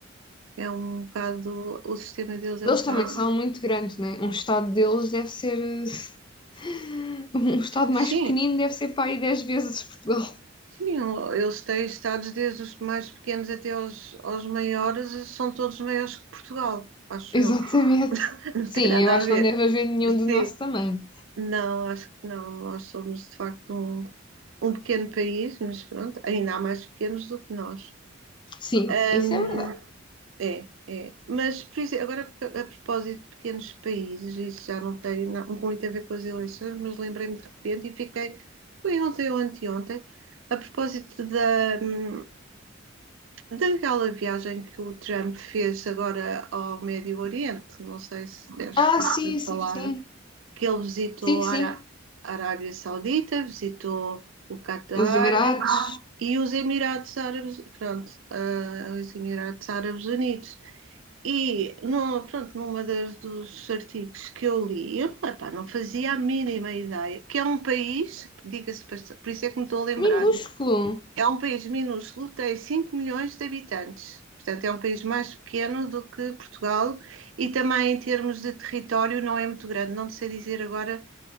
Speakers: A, on the right; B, on the left.
A: é um bocado, o sistema deles é
B: Eles
A: um bocado.
B: também são muito grandes, né? Um estado deles deve ser. <laughs> Um estado mais
A: Sim,
B: pequenino deve ser para aí 10 vezes Portugal.
A: sim, eles têm estados desde os mais pequenos até aos, aos maiores, são todos maiores que Portugal,
B: <laughs>
A: acho
B: Exatamente.
A: eu. <laughs> Não
B: Sim,
A: tem nada
B: eu acho
A: a ver.
B: que não deve haver nenhum do nosso
A: Sim,
B: tamanho.
A: não, acho que não. Nós somos de facto um um pequeno país, mas pronto, ainda há mais pequenos do que nós.
B: Sim,
A: Um,
B: isso é verdade.
A: é, é. Mas, por exemplo, agora a propósito de pequenos países, isso já não tem na- muito a ver com as eleições, mas lembrei-me de repente e fiquei, foi ontem ou anteontem, a propósito da, hum, daquela viagem que o Trump fez agora ao Médio Oriente, não sei se deves
B: Ah,
A: ter
B: sim,
A: ouvido
B: sim,
A: falar,
B: sim.
A: que ele visitou
B: Sim, sim.
A: a Ará- Arábia Saudita, visitou o Catar
B: Os Emirados.
A: e os Emirados Árabes, pronto, ah, os Emirados Árabes Unidos. E, no, pronto, numa das dos artigos que eu li, eu epá, não fazia a mínima ideia, que é um país, diga-se, passa- por isso é que me estou a lembrar,
B: Minúsculo.
A: é um país minúsculo, tem 5 milhões de habitantes. Portanto, é um país mais pequeno do que Portugal e também em termos de território não é muito grande. Não sei dizer agora